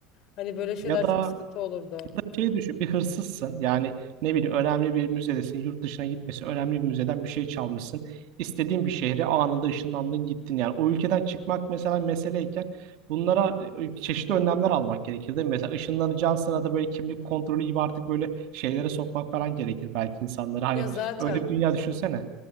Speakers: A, on the left; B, on the right.
A: Hani böyle şeyler
B: Ya da,
A: çok sıkıntı olurdu.
B: ya da şey düşün bir hırsızsın yani ne bileyim önemli bir müzedesin yurt dışına gitmesi önemli bir müzeden bir şey çalmışsın istediğin bir şehre anında ışınlandın gittin yani o ülkeden çıkmak mesela meseleyken bunlara e, çeşitli önlemler almak gerekir değil mi? Mesela ışınlanacağın sırada böyle kimlik kontrolü gibi artık böyle şeylere sokmak falan gerekir belki insanlara hani
A: Ya zaten
B: öyle bir dünya Evet. düşünsene.